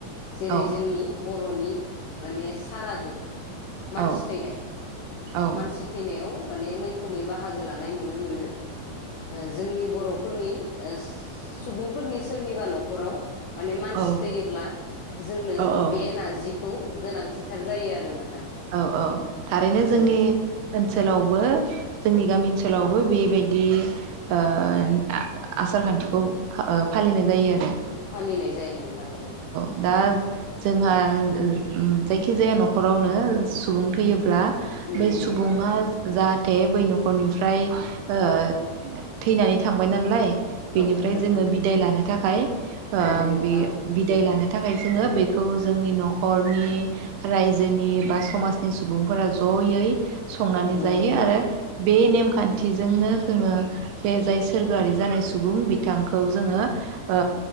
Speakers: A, on the left; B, on the right.
A: जेरै
B: औ
A: जोंनि बर बर'नि माने सारादु, मानसि
B: औ
A: थैनाय
B: औ
A: मानसि थैनायाव माने मैखोमै बाहागो लानाय नु नो मोनो। ओ जोंनि बर'फ फोरनि ओ सुबुंफोरनि सोरनिबा नखराव माने मानसि
B: औ
A: थैयोब्ला जोंनो
B: औ औ
A: बे नारजि खौ गोनांथिथार जायो आरो नोंथां
B: औ औ थारैनो
A: ओ जोङो
B: जोंनि ओनसोलावबो जोंनि गामि ओनसो ओनसोलावबो बेबायदि ओ आ-आसार खान्थिखौ फालिनाय जायो आरो
A: फालिनाय जायो नोंथां औ
B: दा जोंहा ओ ओ ओम जायखि जाया नखरावनो सुबुं थैयोब्ला
A: नंगौ
B: बे सुबुङा
A: नोंथां
B: जाहाथे बै नखरनिफ्राय ओ थैनानै थांबाय नालाय। बेनिफ्राय
A: औ नोंथां
B: जोङो बिदाय लानो थाख फाय ओ
A: नंगौ नोंथां
B: बे बिदाय लानो थाखाय जोंङो बेखौ जोंनि नखरनि रायजोनि बा स समाजनि सुबुंफोरा जयै संनानै
A: नंगौ
B: जायो
A: नोंथां
B: आरो बे नेमखान्थिजोंनो जोङो बे जाय सोरगोआरि जानाय सुबुं बिथांखौ जोङो ओ